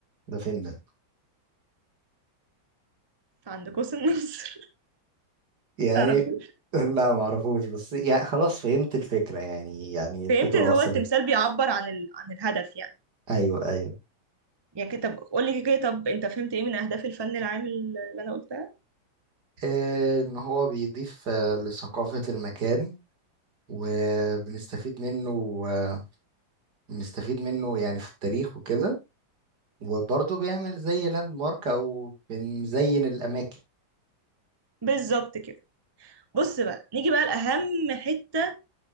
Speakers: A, on the right (about 55°); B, on the right (about 35°).
A: ده فين ده
B: عند قوس النصر
A: يعني
B: <laughs> تعرفه
A: <laughs> لا ما اعرفوش بس يعني خلاص فهمت الفكرة يعني يعني الفكرة
B: فهمت ان
A: وصلت
B: هو التمثال بيعبر عن ال... عن الهدف يعني
A: ايوه ايوه
B: يعني كده طب قول لي كده طب انت فهمت ايه من اهداف الفن العام اللي انا قلتها
A: آه، ان هو بيضيف آه، لثقافة المكان وبنستفيد منه آه، بنستفيد منه يعني في التاريخ وكده وبرضه بيعمل زي لاند مارك او بنزين الاماكن
B: بالظبط كده بص بقى نيجي بقى لأهم حتة